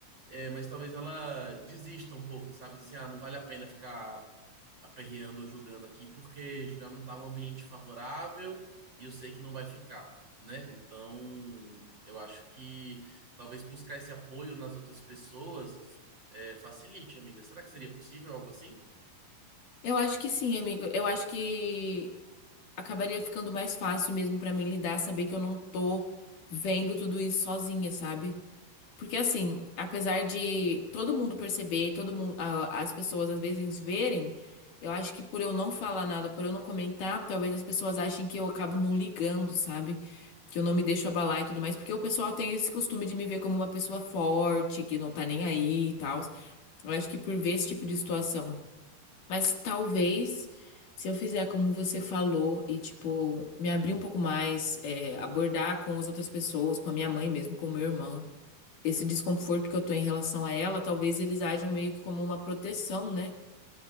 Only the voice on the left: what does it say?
Eu acho que sim, amigo. Eu acho que acabaria ficando mais fácil mesmo pra mim lidar, saber que eu não tô vendo tudo isso sozinha, sabe? Porque assim, apesar de todo mundo perceber, todo mundo, a- as pessoas às vezes verem, eu acho que por eu não falar nada, por eu não comentar, talvez as pessoas achem que eu acabo não ligando, sabe? Que eu não me deixo abalar e tudo mais, porque o pessoal tem esse costume de me ver como uma pessoa forte, que não tá nem aí e tal. Eu acho que por ver esse tipo de situação. Mas talvez, se eu fizer como você falou e, tipo, me abrir um pouco mais, é, abordar com as outras pessoas, com a minha mãe mesmo, com o meu irmão esse desconforto que eu tô em relação a ela, talvez eles ajam meio que como uma proteção, né?